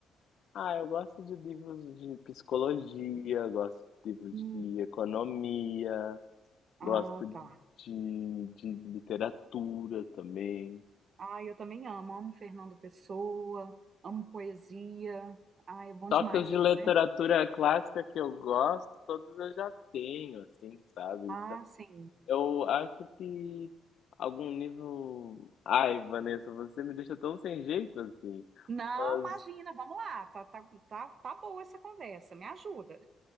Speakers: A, on the left; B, on the right.
A: Ah, eu gosto de livros de psicologia, gosto de livros
B: Hum,
A: de economia,
B: ah,
A: gosto de,
B: tá.
A: de literatura também.
B: Ah, eu também amo, amo Fernando Pessoa, amo poesia. Ah, é bom
A: Só
B: demais
A: que os de
B: ler,
A: literatura
B: né?
A: clássica que eu gosto, todos eu já tenho, assim, sabe?
B: Ah,
A: Então,
B: sim.
A: Eu acho que algum livro. Ai, Vanessa, você me deixa tão sem jeito assim.
B: Não,
A: Mas
B: imagina, vamos lá, tá, tá, tá, tá boa essa conversa, me ajuda.